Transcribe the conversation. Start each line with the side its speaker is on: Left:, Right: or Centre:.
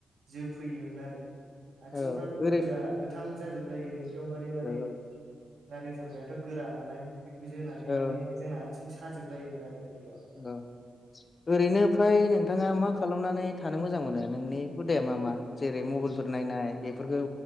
Right: जो फैयोमोन आरो। आथिंफ्राथ'
Left: औ ओरै
Right: गोजा गोथां जाजोबलायो एखदम बारे माने।
Left: औ
Right: नारें जुमगायाथ' गोरा नालाय बेखौ जोनानै
Left: औ
Right: माने जोंना आथिं साजोब लायोमोन आरो। उन्दैयाव
Left: दा ओरै' नो फ्राय नोंथाङा मा खालामनानै थानो मोजां मोनो नोंनि हुदाया मा मा जेरै' मबाइलफोर नायनाय बेफोरखौ